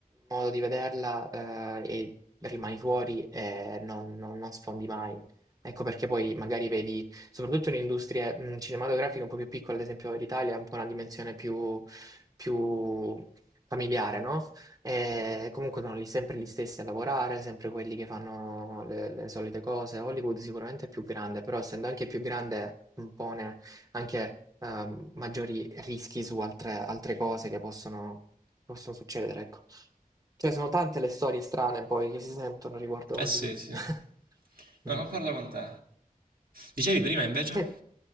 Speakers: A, on the right; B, on the right.
A: modo di vederla eh, e rimani fuori e non, non- non sfondi mai. Ecco perché poi magari vedi, soprattutto in industrie mh, cinematografiche un po' più piccole, ad esempio l'Italia ha un po' una dimensione più, più familiare, no? E comunque sono lì sempre gli stessi a lavorare, sempre quelli che fanno le, le solite cose. Hollywood sicuramente è più grande, però essendo anche più grande impone anche ehm, maggiori rischi su altre, altre cose che possono, possono succedere, ecco. Cioè, sono tante le storie strane poi che si sentono riguardo
B: Eh
A: Hollywood.
B: sì, sì.
A: <laughs>
B: No,
A: Mm.
B: concordo con te. Dicevi prima invece?
A: Sì.